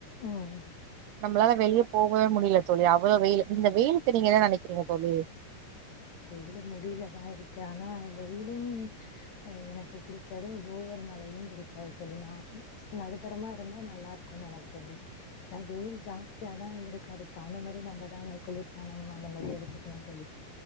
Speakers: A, on the left; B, on the right.
A: ம்
B: நம்ளால வெளிய போகவே முடியல தோழி அவ்ளோ வெயில் இந்த வெயிலுக்கு நீங்க என்ன நெனக்கிறீங்க தோழி
A: வெயிலு முடியிலதா இருக்கு ஆனா வெயிலு அ எனக்கு பிடிக்காது ஓவர் மழையு பிடிக்காது தோழி நா நடுத்தரமா இருந்தா நல்லா இருக்குன்னு எனக்கு தோணுது அ வெயில் ஜாஸ்தியாதா இருக்கு அதுக்கு தகுந்த மாரி நம்மதா இந்த குளிர்பானம் அந்த மாரி எடுத்துக்கணு தோழி